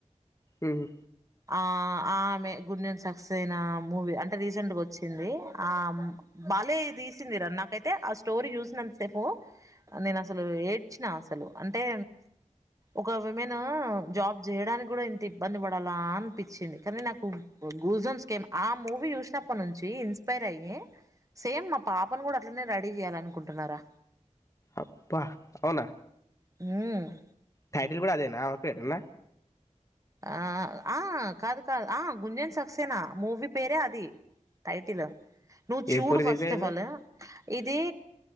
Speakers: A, on the left; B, on the right.
A: ఉమ్
B: ఆ ఆమె గుండన్ సక్సెస్ ఐన మూవీ అంటె రీసెంట్గ ఒచ్చింది ఆ బాలే తీసిందిరా నాకైతే ఆ స్టోరీ చూసినంత సేపు నేనసలు ఏడ్చిన అసలు అంటే ఒక విమెను జాబ్ చేయడానికి గుడా ఇంత ఇబ్బంది పడాల్ బా అనిపించింది కానీ నాకు గూజన్స్ కేమ్ ఆ మూవీ చూసినప్పటి నుంచి ఇన్స్పైర్ అయ్యి సేమ్ మా పాపను గుడా అట్లనే రెడీ చేయ్యాలనుకుంటున్నరా
A: అబ్బాహ్ ఔన
B: ఉమ్
A: టైటిల్ గుడా అదేనా పేరున్న
B: ఆ ఆ కాదు కా అ గుంజన్ సక్సేనా మూవీ పేరే అది టైటిల నువ్ చూడు
A: ఎప్పుడు రిలీజ్
B: ఫస్ట్
A: అయింది
B: ఎఫల్ ఇదీ